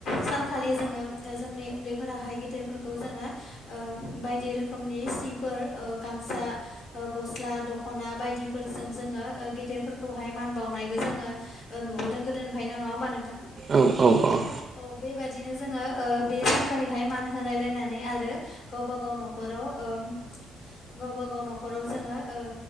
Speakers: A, on the left; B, on the right.
A: सानखालि जोङो जोंनि उन्दैफोरा हाय गिदिरफोरखौ जोङो ओ बायदि रोखोमनि सिफोर ओ गामसा ओ ग गस्ला दख'ना बायदिफोरजों जोङो ओ गेदेरफोरखौहाय मान बावनायबो जोङो ओ नुबोदों गो दोननिफ्राय नङा होमा नोंथां
B: औ -औ -औ
A: औ बेबायाददिनो जोङो ओ बे सानखालिहाय मान होलाय लायनानै आरो गावबा गाव न'खराव ओम गावबा गाव न'खराव जोङो ओ